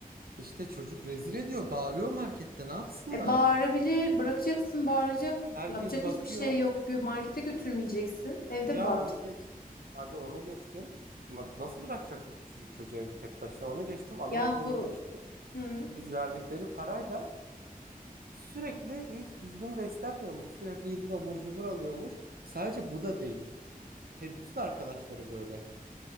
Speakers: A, on the right; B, on the left.
A: İşte çocuk rezil ediyor, bağırıyor markette ne yapsınlar?
B: E bağırabilir, bırakacaksın bağıracak.
A: Herkes
B: Yapacak
A: bakıyor.
B: hiçbir şey yok. Gö- Markete götürmeyeceksin. Evde
A: Ya
B: bağır.
A: onu geçtim. Hadi onu geçtim. Ma- Nasıl bırakacaksın küçücük çocuğu evde tek başına? Onu geçtim. Anaokulunda
B: Yahu.
A: işte
B: Hı,
A: biz verdikleri parayla sürekli hiç düzgün beslenmiyormuş. Sürekli gidip abur cubur alıyormuş. Sadece bu da değil. He bütün arkadaşları böyle